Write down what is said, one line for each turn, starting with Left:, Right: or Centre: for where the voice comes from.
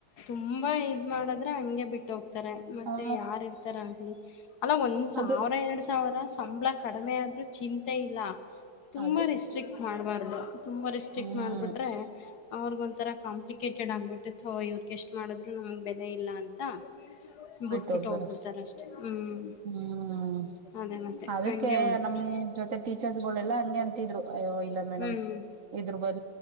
Left: ತುಂಬಾ, ಇದು, ಮಾಡದ್ರೆ, ಹಂಗೆ, ಬಿಟ್ಟು ಹೋಗ್ತಾರೆ! ಮತ್ತೆ
Right: ಹಾ
Left: ಯಾರು, ಇರ್ತಾರೆ, ಅಂಟಿ. <inaudible> ಅಲ್ಲ, ಒಂದ್ ಸಾವಿರ!
Right: ಅದೇ
Left: ಎರಡ್ ಸಾವಿರ ಸಂಬಳ ಕಡಿಮೆ, ಆದ್ರರು, ಚಿಂತೆ ಇಲ್ಲ. <inaudible> ತುಂಬಾ,
Right: ಅದೇ
Left: ರಿಸ್ಟ್ರಿಕ್ಟ್ ಮಾಡ್ಬಾರ್ದು! ತುಂಬಾ ರಿಸ್ಟ್ರಿಕ್ಟ್
Right: ಹ್ಮ್
Left: ಮಾಡ್ಬಿಟ್ರೆ, ಅವ್ರಗ ಒಂತರ ಕಂಪ್. <inaudible> ಅಪ್ಲಿಕೇಟೆಡ್, ಆಗ್ಬಿಟ್ಟಿತ್ತು ಇವ್ರಿಗೆ ಎಷ್ಟು ಮಾಡಿದ್ರು, ನಮ್ಗೆ ಬೆಲೆ ಇಲ್ಲ ಅಂತ. <inaudible>
Right: ಬಿಟ್ಟುಓಗುತಾರೆ,
Left: ಬಿಟ್ಬಿಟ್ಟು ಹೋಗ್ಬಿಡ್ತಾರ
Right: ಅಷ್ಟೇ,
Left: ಅಷ್ಟೆ ಹ್ಮ್
Right: ಹ್ಮ್. <inaudible>
Left: ಅದೇ ಮತ್ತೆ
Right: ಅದಕ್ಕೆ,
Left: ಹಂಗೆ ಮಾಡ್ತವ್ರಿ
Right: ನಮ್ ಜೊತೆ ಟೀಚರ್ಸ್ಗಳೆಲ್ಲಾ! ಹಂಗೆ ಅಂತಿದ್ರು ಅಯ್ಯೋ ಇಲ್ಲ ಮೇಡಮ್
Left: ಹ್ಮ್
Right: ಇದ್ರರು ಬಗ್. <inaudible>